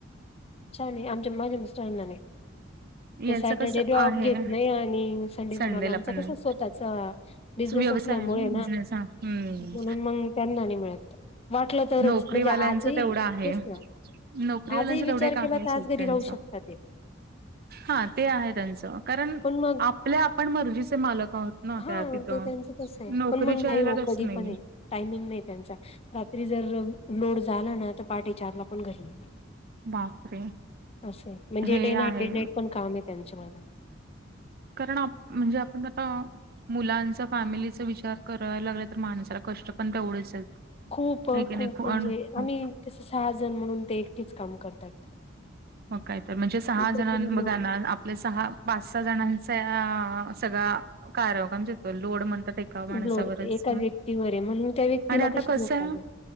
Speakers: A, on the left; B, on the right.
A: छान य आमच्या माझ्या मिस्टरांना नाही. ते
B: याचं
A: सॅटर्डे
B: कसं
A: ॉप
B: आहे
A: घेतलंय आणे सं
B: संडेला
A: ब आ
B: पण
A: कस
B: नाही.
A: स्वतः बिस
B: व्यवसाय
A: असल्यामुळे
B: आहे ना
A: म्हणून
B: बिझनेस हा. हम्म.
A: मग. पडणं नाही मिळत वाटलं तरच
B: नोकरीवाल्यांचं
A: म्हणजे आजही
B: तेवढं आहे.
A: तेच ना.
B: नोकरीवाल्यांच
A: आजही
B: तेवढे
A: विचार
B: का
A: केला
B: आहे
A: तरच
B: सुट
A: घरी
B: त्यांच
A: राहू शकता ते.
B: हा ते आहे त्यांच कारण
A: पण मग
B: आपले आपण मर्जीचे मालक आहोत. ना
A: हा
B: त्या तिथं
A: ते त्यांचं तस आहे
B: नोकरीच्या
A: पण मग नाही
B: याला
A: हो
B: तसं
A: कधी
B: नाहीये
A: पण आहे. टायमिंग नाही त्यांचा रात्री जर लोड झाला ना तर पाटे चारला पण घरी येे
B: बापरे
A: असे आहे म्हणजे
B: हे
A: डे नाईट
B: आहे
A: डे नाईट पण काम आहे त्यांच्या मला
B: कारण म्हणजे आपण आता मुलांचा फॅमिलीचा विचार करायला लागला तर माणसाला कष्ट पण तेवढंच आहेत.
A: खूप
B: आहे की
A: खूप
B: नाही पण
A: म्हणजे
B: खूप
A: आम्ही त्यास सहाजण म्हणून ते एकटेच काम करतात.
B: मग काय तर म्हणजे सहा
A: त्याच्यावर
B: जणां बघाणार
A: लोड
B: आपले सहा, पाच सहा जणांचा सगळ कार्यक्रम लोड म्हणतात एका माणसावरच
A: लोड एकाच व्यक्तीवर आहे म्हणून त्या व्यक्तीला
B: आणि आता
A: कशी
B: कसय.
A: झोप लागेल.